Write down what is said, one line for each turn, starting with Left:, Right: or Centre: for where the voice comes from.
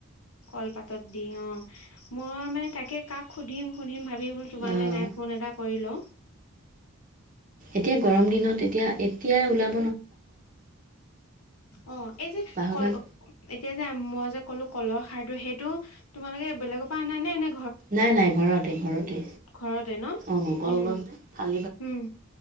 Left: কলপাতত দি অ মই মানে তাকে কাক সুধিম-সুধিম ভ ভাবি বোলো তোমালে
Right: অঁ
Left: নাই ফোন এটা কৰি লওঁ।
Right: এতিয়া গৰম দিনত এতিয়া গৰম দিন উল
Left: অ এই যে,
Right: বাঁহৰ
Left: কল
Right: গাজ
Left: এতিয়া যে মই যে ক'লো কলৰ সাৰটো সেইটো। তোমালোকে বেলেগৰ পৰা নানে এনে
Right: নাই-নাই ঘৰতে-ঘৰতে
Left: ঘৰতে ন
Right: অ কলগছ
Left: উম
Right: ন ভাল
Left: উম